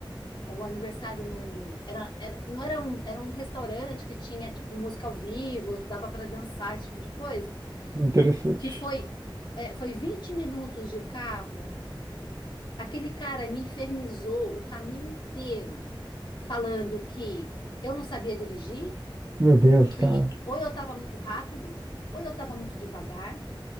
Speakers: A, on the left; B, on the right.
A: era um aniversário num. Era, era, não era um, era um restaurante que tinha, tipo, música ao vivo, dava para dançar, esse tipo de coisa.
B: interessante.
A: Que foi, é, foi 20 minutos de carro Aquele cara me infernizou o caminho inteiro, falando que eu não sabia dirigir,
B: Meu Deus,
A: que
B: cara.
A: ou eu estava muito rápido, ou eu estava muito devagar,